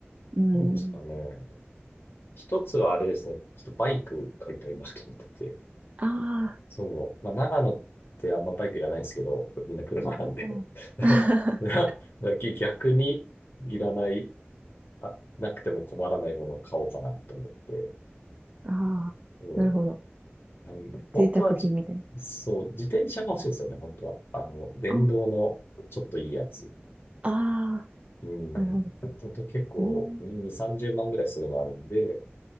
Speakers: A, on the right; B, on the left.
A: うん。
B: どうですかね。一つはあれですね。ちょっとバイク買いたいなと思ってて。
A: ああ、
B: そう。まあ、長野ってあんまバイクいらないんですけど、みんな車なんで。
A: そう <laughs>
B: <laughs> だ逆にいらない、あ、なくても困らないものを買おうかなと思って。
A: ああ、
B: うん。
A: なるほど。
B: はい、本当はじ、
A: 贅沢品みたいな。
B: そう、自転車が欲しいんですよね、本当は。あの、電動のちょっといいやつ。
A: あ、あ
B: うん。
A: ー、なるほど。
B: だと結構2、
A: えー
B: 30万ぐらいするのあるんで、